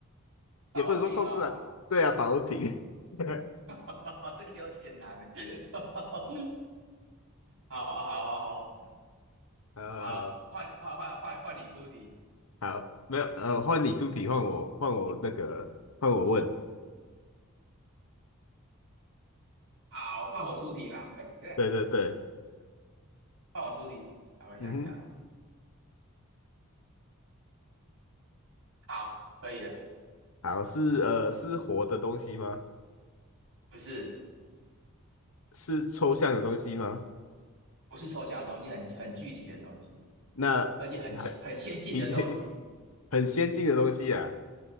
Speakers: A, on the right; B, on the left.
A: 保温瓶哦。
B: 也不能说控制啊，对啊，保温瓶，<laughs>
A: <laughs> 这个有点难欸。<laughs> 好啊，好啊，好
B: 呃，
A: 啊，好，换换换换换你出题。
B: 好，没有，呃，换你出题，换我，换我那个，换我问，
A: 好，换我出题吧。哎，对啊，
B: 对对对，
A: 换我出题。好，我想一下哦。
B: 嗯哼，
A: 好，可以了。
B: 好，是呃是活的东西吗？
A: 不是，
B: 是抽象的东西吗？
A: 不是抽象的东西，很很具体的东西。
B: 那还提
A: 而且很很先进的东西，
B: <laughs> 很先进的东西啊，